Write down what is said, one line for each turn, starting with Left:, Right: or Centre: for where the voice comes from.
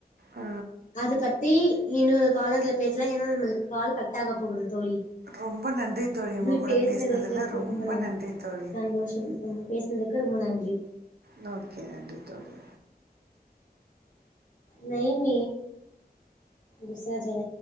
Right: அ
Left: அது பத்தி இன்னொரு காலர்ல பேசலா ஏனா நம்ளுக் கால் கட் ஆக போகுது தோழி
Right: ரொம்ப நன்றி தோழி.
Left: முளி
Right: உங்க கூட
Left: பேசினதுக்கு
Right: பேசினதுல
Left: ரொம்ப ந
Right: நன்றி தோழி.
Left: சந்தோஷம் கம் பேசினக்கு ம்ப நன்றி
Right: னோகே நன்றி தோழி
Left: ந ம தூசரா ஜன